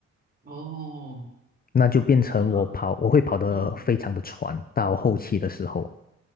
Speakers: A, on the right; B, on the left.
A: 哦，
B: 那就变成我跑，
A: 那
B: 我会跑得非常的喘，
A: 嗯。
B: 到后期的时候。